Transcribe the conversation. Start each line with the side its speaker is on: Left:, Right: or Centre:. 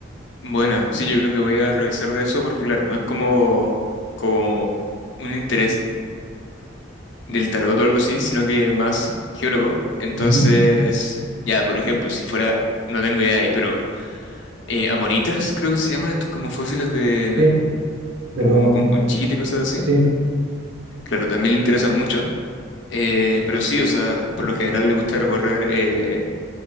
Left: Bueno, sí, yo creo que voy a revisar de eso porque claro, no es como, como un interés del tarot o algo así, sino que más geólogo. Entonces,
Right: Ujú,
Left: ya, por ejemplo, si fuera, no tengo idea ahí, pero eh, amonitas creo que se llaman estos como fósiles de,
Right: Sí, de
Left: como
Right: lo,
Left: con, con conchita y cosas
Right: sí.
Left: así. Claro, también le interesan mucho. Eh, pero sí, o sea, por lo general le gusta recorrer eh,